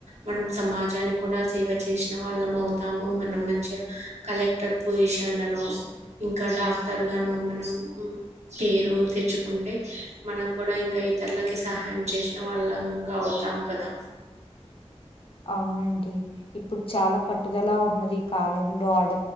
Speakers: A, on the right; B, on the left.
A: మనం సమాజానికి కూడా సేవ చేసిన వాళ్ళం అవుతాము మనం మంచిగా కలెక్టర్ పొజిషన్లను ఇంకా డాక్టర్గానో మనం పేరు తెచ్చుకుంటే మనం కూడా ఇంకా ఇతరులకి సహాయం చేసిన వాళ్ళంగా అవుతాము కదా
B: అవునండి ఇప్పుడు చాలా పట్టుదల ఉన్నది ఈ కాలంలో ఆడ